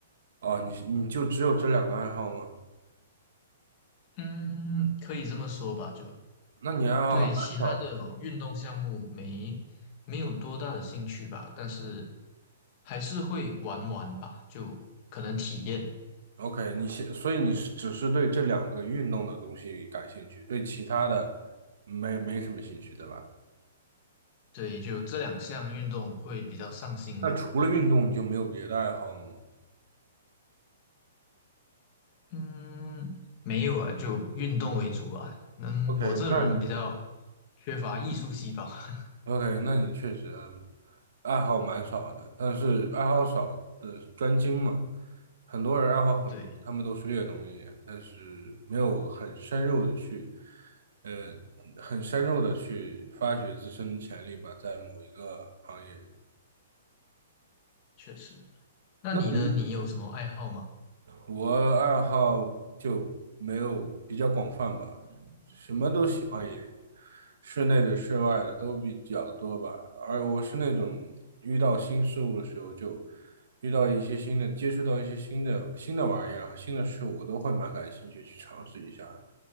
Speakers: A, on the right (about 75°); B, on the left (about 30°).
A: 哦，你你就只有这两个爱好吗？
B: 嗯，可以这么说吧，就
A: 那你爱好还蛮少的。
B: 对其他的运动项目没没有多大的兴趣吧，但是还是会玩玩吧，就可能体验。
A: OK，你现所以你是只是对这两个运动的东西感兴趣，对其他的没没什么兴趣，对吧？
B: 对，就这两项运动会比较上心吧。
A: 那除了运动，你就没有别的爱好了吗
B: 嗯，没有啊，就运动为主啊。嗯，
A: ？OK，
B: 我这人比较
A: 那你
B: 缺乏艺术细胞。<laughs>
A: OK，那你确实嗯爱好蛮少的，但是爱好少的专精嘛。很多人爱好很多，
B: 对，
A: 他们都是略懂一点，但是没有很深入的去，呃，很深入的去发掘自身的潜力吧，在某一个行业。
B: 确实。那你呢？
A: 那你
B: 你有什么爱好吗？
A: 我爱好就没有比较广泛吧，什么都喜欢一点，室内的、室外的都比较多吧。而我是那种遇到新事物的时候，就遇到一些新的，接触到一些新的新的玩意儿和新的事物，我都会蛮感兴趣去尝试一下的